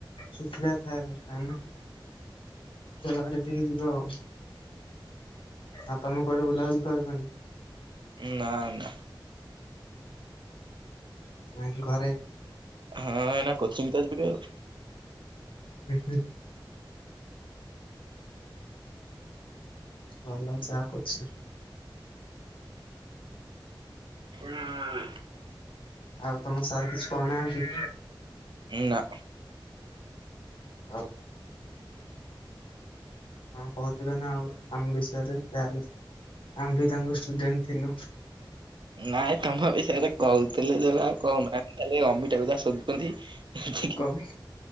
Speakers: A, on the left; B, on the right.
A: ଶୁଖିଲା ଥାଏ ତାନେ। ଖେଳ ଆଡେ ଟିକେ ଯିବା ଆଉ। ଆଉ ତମେ କୁଆଡେ ବୁଲାବୁଲି କରିିବନି।
B: ଉଁ ନା ନା।
A: ନାଇ ଘରେ।
B: ହଁ ଏନା କୋଚିଂ ତ ଯିବି ଆଉ।
A: ହୁଁ ହୁଁ। ଭଲ ଯାହା କରିଛି।
B: <unintelligible>
A: ଆଉ ତମ ସାର୍ କିଛି କହୁନାହାନ୍ତି?
B: ଉଁ ନା।
A: ଆଉ କଣ କହୁଥିବେ ନା ଆଉ। ଆମ ବିଷୟରେ ଯାହାହେଲେ ଆମ ବି ତାଙ୍କ ଷ୍ଟୁଡେଣ୍ଟ ଥିଲୁ।
B: ନାଇଁ ତମ ବିଷୟରେ କହୁଥିଲେ ଯୋଉ ଆଉ କହୁନା ଖାଲି ଅମିତାକୁ ଯାହା ଶୋଧୁଛନ୍ତି।
A: କବି